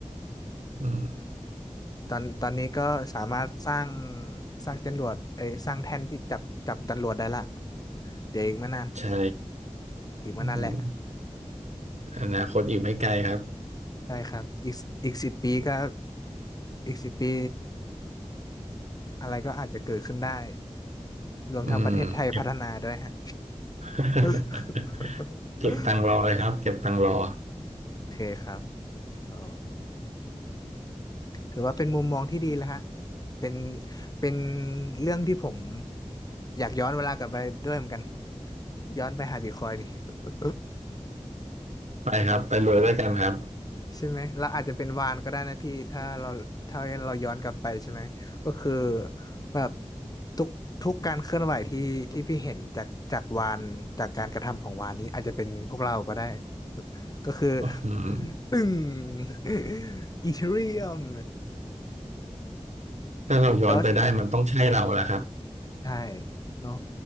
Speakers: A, on the right; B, on the left.
A: อืม
B: ตอนตอนนี้ก็สามารถสร้างสร้างจรวดเอ้ยสร้างแท่นที่จับจับจรวดได้ละเดี๋ยวอีกไม่นาน
A: ใช่
B: อีกไม่นานแหละ
A: อืมอนาคตอีกไม่ไกลครับ
B: ใช่ครับอีกอีกสิบปีก็อีกสิบปีอะไรก็อาจจะเกิดขึ้นได้รวมทั้งประเทศไทยพัฒนาด้วยฮะ
A: อืมเก็บ <laughs>
B: <laughs>
A: เก็บตังค์รอเลยครับเก็บตังค์รอ
B: โอเคครับอ๋อ ถือว่าเป็นมุมมองที่ดีแล้วฮะเป็นเป็นเรื่องที่ผมอยากย้อนเวลากลับไปด้วยเหมือนกัน ย้อนไปหาบิตคอยน์นี่ <laughs>
A: <laughs> ไปครับไปรวยด้วยกันครับ
B: ใช่ไหมเราอาจจะเป็นวานก็ได้นะพี่ถ้าเราถ้าเราย้อนกลับไปใช่ไหม ก็คือแบบทุกทุกการเคลื่อนไหวที่ที่พี่เห็นจากจากวานจากการกระทำของวานนี้อาจจะเป็นพวกเราก็ได้ ก็คือ
A: อืม
B: <laughs> ตึ้ง <laughs> อีเทเรียม
A: ถ้าเราย้อนไปได้มันต้องใช่เราแหละครับ
B: ดอ <laughs> ใช่เนาะ